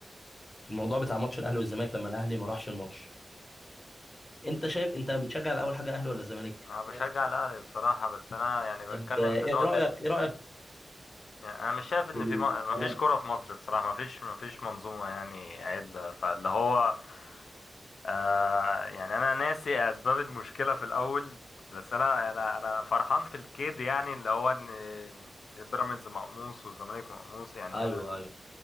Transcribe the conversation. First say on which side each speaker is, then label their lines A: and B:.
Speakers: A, on the left; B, on the left.
A: الموضوع بتاع ماتش الاهلي والزمالك لما الاهلي ما راحش الماتش انت شايف انت بتشجع الاول حاجه اهلي ولا زمالك
B: أنا بشجع
A: اه
B: الأهلي بصراحة بس أنا يعني بتكلم
A: انت ايه
B: في نقطة
A: رايك ايه رايك
B: يعني أنا مش شايف إن
A: في
B: في م...
A: القرار؟
B: مفيش كرة في مصر بصراحة مفيش مفيش منظومة يعني عدلة فاللي هو آه يعني أنا ناسي أسباب المشكلة في الأول بس أنا أنا أنا فرحان في الكيد يعني اللي هو إن بيراميدز مقموص والزمالك مقموص يعني
A: ايوه
B: أنا
A: ايوه